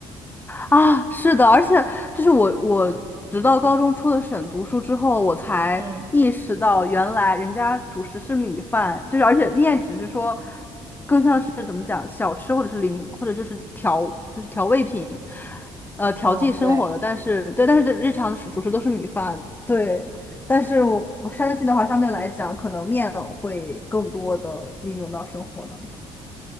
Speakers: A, on the left (about 15°); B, on the right (about 30°).
A: 啊，是的，而且就是我，我直到高中出了省读书之后，我才意识到，
B: 嗯
A: 原来人家主食是米饭，就是而且面只是说，更像是怎么讲，小吃或者是零，或者就是调，就是调味品，呃，调剂生活的。
B: 嗯，对。
A: 但是对，但是日常主主食都是米饭，对。但是我我山西的话，相对来讲，可能面会更多的运用到生活当中。